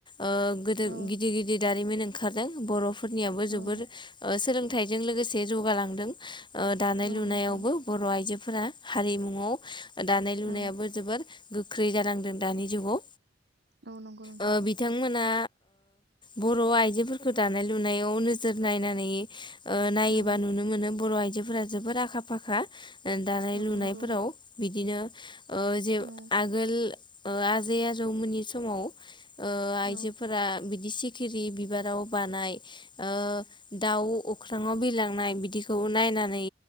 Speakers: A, on the left; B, on the right.
A: ओ गोदो
B: औ
A: गिदिर गिदिर दारिमिन ओंखारदों बर'फो फोरनियाबो
B: औ
A: जोबोर ओ सोलों थाइजों लोगोसे <unintelligible> जौगालांदों। ओ दानाय
B: औ
A: लुनायावबो
B: नंगौ
A: बर' आइजो फोरा हारिमुआव दानाय लुनायाबो
B: औ
A: जोबोर गोख्रै जानांदों दानि जुगाव
B: औ नंगौ नोंथां
A: ओ बिथांमोना बर' आइजोफोरखौ दानाय लुनायाव नोजोर नायनानै नायोब
B: औ
A: बा नुनो मोनो बर' आय आयजोफोरा जोबोद आखा- फाखा दानाय
B: औ
A: लुनायफोराव
B: नंगौ
A: बि बिदिनो ओ जे
B: औ
A: आगोल ओ आजै आजौमोननि समाव ओ आइजोफोरा
B: औ
A: बिदि सि खिरि बिबाराव बानाय ओ दाउ अख्राआव बिरलांना थानाय बिदिखौ नायनानै